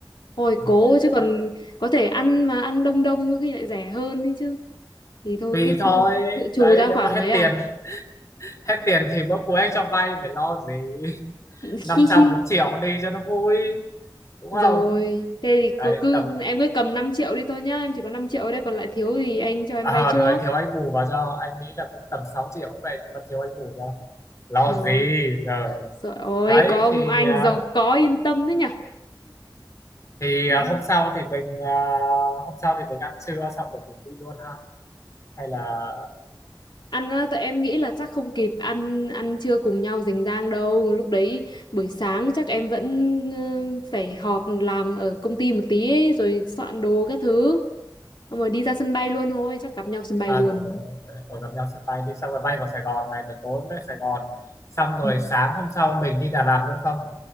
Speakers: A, on the left (about 75°); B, on the left (about 40°).
A: ôi
B: Ừ,
A: cố
B: em
A: chứ
B: thấy
A: còn
B: nó
A: có thể ăn mà ăn đông đông có khi lại rẻ hơn đấy chứ thì thôi
B: tùy
A: cứ
B: thôi
A: dự trù
B: đấy
A: ra
B: nếu
A: khoảng
B: mà hết
A: ấy à
B: tiền <laughs> hết tiền thì bữa cuối anh cho vay phải lo gì
A: <laughs>
B: năm
A: hi
B: trăm
A: hi
B: một triệu đi cho nó vui đúng
A: rồi
B: không
A: thế thì
B: đấy
A: cô cứ
B: tầm
A: em cứ cầm 5 triệu đi thôi nhá em chỉ có 5 triệu ở đây còn lại thiếu thì anh cho em
B: à,
A: vay trước
B: rồi thiếu anh bù vào cho anh nghĩ là cũng tầm sáu triệu cũng vậy nhưng mà thiếu anh bù cho lo
A: rồi
B: gì rồi
A: Trời ơi,
B: đấy
A: có ông
B: thì
A: anh
B: à,
A: giàu có yên tâm đấy nhở.
B: thì
A: Mạnh
B: à, hôm sau thì mình à, hôm sau thì mình ăn trưa xong rồi mình đi luôn ha hay là
A: ăn á, tụi em nghĩ là chắc không kịp ăn ăn trưa cùng nhau rành rang đâu lúc đấy buổi sáng chắc em vẫn ờ, phải họp làm ở công ty một tí ấy, rồi soạn đồ các thứ Xong rồi đi ra sân bay luôn thôi chắc gặp nhau sân bay
B: À
A: luôn
B: rồi, rồi, ok. rồi gặp nhau sân bay đi xong rồi bay vào Sài Gòn này rồi tối về Sài Gòn xong rồi
A: ừ.
B: sáng hôm sau mình đi Đà Lạt luôn không